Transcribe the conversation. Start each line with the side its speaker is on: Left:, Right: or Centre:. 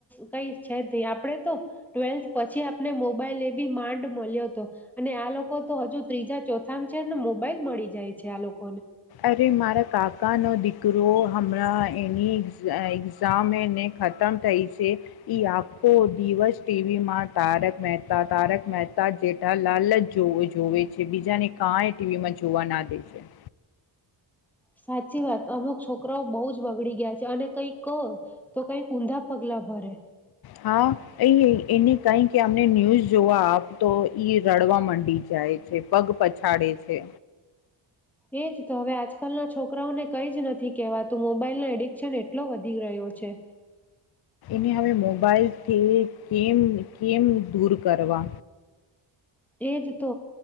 Centre: કઈ છે નહી આપડે, તો ટ્વેલ્થ પછી આપને મોબાઈલ એ બી માંડ મળ્યો હતો, અને આ લોકો તો હજુ ત્રીજા ચોથામાં છે ને મોબાઈલ મળી જાય છે આ લોકો
Left: અરે મારા કાકાનો દીકરો હમણાં એની એક્ઝામને ખતમ થઈ છે, એ આખો દિવસ ટીવીમાં તારક મહેતા તારક મહેતા જેઠાલાલ જ જોવે છે બીજાને કાંય ટીવીમાં જોવા ના દે છે.
Centre: સાચી વાત અમુક છોકરાઓ બઉુ જ બગડી ગયા છે અને કઈક કહો, તો કઈક ઊંધા પગલા ભરે.
Left: હા એ એને કઈ કે અમને ન્યૂઝ જોવા આપ તો ઈ રડવા માંડી જાય છે પગ પછાડે છે.
Centre: એજ હવે આજકાલના છોકરાઓને કંઈ જ નથી કહેવાતું મોબાઈલનો એડિકશન એટલો વધી રહ્યો છે.
Left: ને હવે મોબાઈલથી કેમ કેમ દૂર કરવા?
Centre: એજ તો,